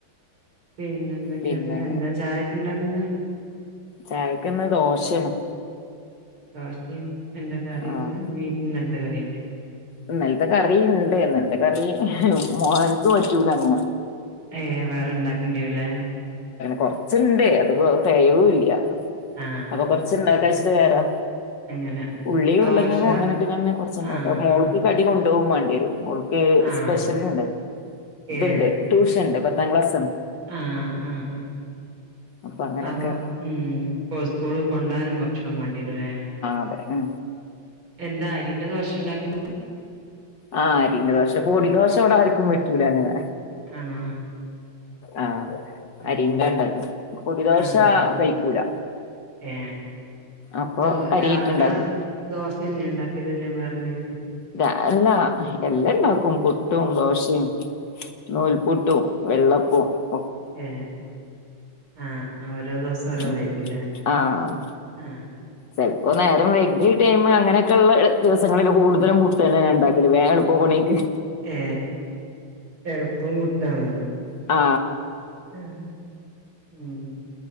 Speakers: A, on the right; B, on the left.
A: പിന്നെ എന്തൊക്കെ
B: പിന്നെ
A: എന്താ ചായക്ക്ണ്ടാക്ക്ന്നേ
B: ചായക്ക്ന്ന് ദോശേണ്.
A: ദോശീമ് എന്തൊക്കെ അറിയന്ത
B: ആഹ്
A: നീ കറിന്നേ
B: ഇന്നലത്തെ കറിണ്ട് ഇന്നലത്തെ കറി മോൻക്ക് പറ്റൂലങ്ങനെ
A: ഏ <unintelligible> ണ്ടാക്കണ്ട്യേരുല്ലേ
B: കൊറച്ച്ണ്ട് അതേയൂല്ല
A: ആഹ്
B: അപ്പ കൊർച്ച്ണ്ടാ വേരാ
A: അങ്ങനെ
B: ഉള്ളീം
A: ദോശ
B: ഉരുളകെയങ്ങും അങ്ങനട്ട്ങ്ങാണ്ട് കൊറച്ചുണ്ടാക്ക
A: ആഹ്
B: മോൾക്ക്
A: ആഹ്
B: കടി കൊ ണ്ടോവും മാണ്ടിയേരും ഓൾക്ക്
A: ആഹ്
B: സ്പെഷ്യല്ണ്ട്
A: ഏഹ്
B: ത്ണ്ട് ട്യൂഷണ്ട്. പത്താക്ലാസ്സ്‌
A: ആഹ് ആഹ് ആഹ്
B: അപ്പൊ അങ്ങനൊക്കെ
A: അപോ മ് ഉസ്കൂള് കൊണ്ടാനും ക്ഷണം വാണ്ടിയേരൂല്ലേ
B: അതെ ആഹ്
A: എന്താ അരിന്റെ ദോശേണ്ടാക്കല്
B: ആഹ് അരിന്റെ ദോശ പൊടി ദോശവടെ ആര്ക്കും പറ്റൂലങ്ങനെ
A: ആണോ
B: ആഹ്
A: മ്
B: അരിന്റെ ഇണ്ടാക്ക്ണെ പൊടിദോശ
A: ആഹ്
B: കഴിക്കൂല
A: ഏ
B: അപ്പൊ
A: ദോ
B: അരിയിട്ട്ണ്ടാക്കും
A: രാവിലെ ദോശന്നെണ്ടാക്കല് അല്ലേ വേറെന്തെങ്കിലും
B: രാവില എല്ലണ്ടാ പ്പും പുട്ടും ദോശീമ് നൂൽപൂട്ടും വെള്ളം ഓ
A: ഏ ആഹ് ഓരോ ദിവസം ഓരോന്നായിരിക്കുലേ
B: ഉം ആഹ്
A: ആഹ്
B: ചെലപ്പോ നേരം വൈഗി ടൈം അങ്ങനെക്കെള്ള ദിവസങ്ങളില് കൂടുതലും പുട്ട് തന്നെ ഉണ്ടാക്കല്ല് വേ എളുപ്പ പണിക്ക്
A: ഏ എ പുട്ടാണല്ലേ
B: ആ
A: ഉം -ഉം